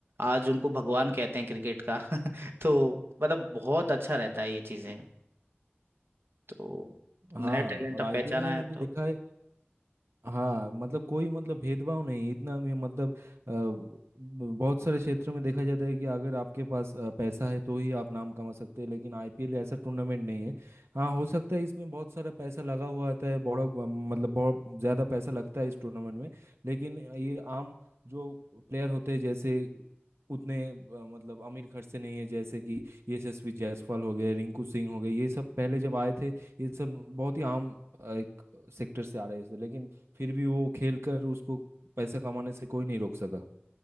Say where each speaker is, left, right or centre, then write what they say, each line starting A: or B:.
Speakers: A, on the right; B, on the right.
A: आज उनको भगवान कहते हैं क्रिकेट का <laughs> तो मतलब बहुत अच्छा रहता है ये चीजें तो
B: हाँ
A: नया टैलेंट
B: और
A: अब
B: आईपीएल
A: पहचाना
B: में
A: है
B: भी तो
A: तो
B: देखा है हाँ मतलब कोई मतलब भेदभाव नहीं इतना में मतलब अ, ब- बहुत सारे क्षेत्र में देखा जाता है कि अगर आपके पास अ, पैसा है तो ही आप नाम कमा सकते हैं लेकिन आईपीएल ऐसा टूर्नामेंट नहीं है हाँ हो सकता है इसमें बहुत सारा पैसा लगा हुआ आता है बड़ा ब- मतलब बहुत ज़्यादा पैसा लगता है इस टूर्नामेंट में लेकिन ये आम जो प्लेयर होते हैं जैसे उतने अ, मतलब अमीर घर से नहीं है जैसे कि यशस्वी जायसवाल हो गए रिंकू सिंह हो गए ये सब पहले जब आए थे ये सब बहुत ही आम अ, एक सेक्टर से आ रहे थे लेकिन फिर भी वो खेल कर उसको पैसा कमाने से कोई नहीं रोक सका